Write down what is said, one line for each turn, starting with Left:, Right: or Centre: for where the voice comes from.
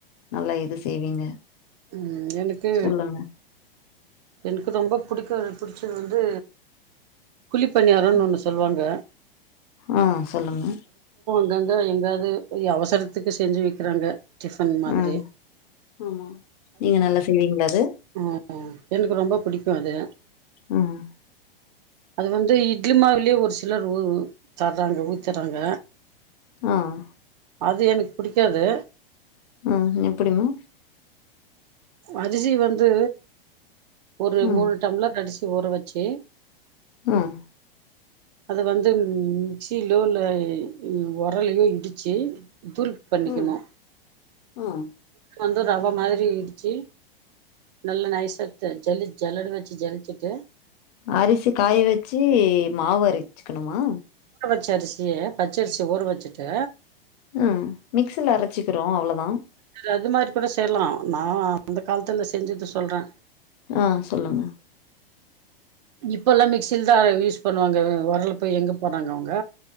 Left: நல்லா இது செய்வீங்க
Right: ம் எனக்கு
Left: சொல்லுங்க
Right: எனுக்கு ரொம்ப புடிக்கும் புடிச்சது வந்து குழிப்பனியாரன்னு
Left: ம்.
Right: ஒன்னு சொல்லுவாங்க
Left: ஆ சொல்லுங்க
Right: அங்கந்தா எங்காது ய அவசரத்துக்கு செஞ்சு வைக்கிறாங்க டிஃபன் மாதிரியே
Left: ம் ஆமா நீங்க நல்லா செய்வீங்களா அது
Right: ம் எனக்கு ரொம்ப புடிக்கும் அது
Left: ம்
Right: அது வந்து இட்லி மாவுலயே ஒரு சிலர் உ உ தராங்க ஊத்துறாங்க
Left: ம்
Right: அது எனக் புடிக்காது
Left: ம் எப்புடிமா
Right: அரிசி வந்து ஒரு
Left: ம்
Right: மூணு டம்ளர் அரிசி ஊற வச்சு
Left: ம்
Right: அது வந்து மிக்ஸிலோ இல்ல உரல்லயோ இடிச்சு தூள் பண்ணிக்கணு
Left: ம் ஆ
Right: வந்து ரவை மாதிரி இடுச்சு நல்லா நைசா ஜ ஜலி ஜல்லட வச்சு ஜலிச்சுட்டு
Left: அரிசி காய வச்சி மாவு அரச்சுக்கணுமா
Right: பச்சரிசி பச்சரிசி ஊற வச்சுட்டு
Left: ம் மிக்ஸில அரைச்சுக்கிறோம் அவ்ள தான்
Right: தர அது மாரி கூட செய்யலாம் நா அந்த காலத்துல செஞ்சத சொ சொல்றே
Left: ஆ சொல்லுங்க
Right: இப்பல்லா மிக்சில தா யூஸ் பண்ணுவாங்க வொரல போய் எங்க போனாங்க அவுங்க